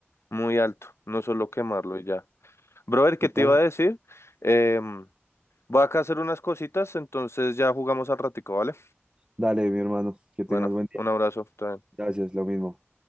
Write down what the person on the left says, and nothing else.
muy alto, no solo quemarlo y ya. Brother,
¿qué te iba a decir? Em, Voy acá a hacer unas cositas, entonces ya jugamos al ratico, ¿vale?
Bueno,
un abrazo. Te-